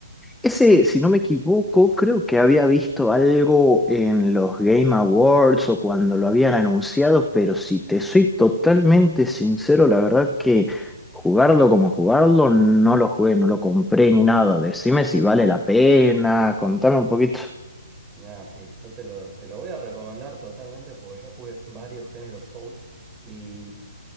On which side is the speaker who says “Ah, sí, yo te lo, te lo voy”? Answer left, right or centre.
Right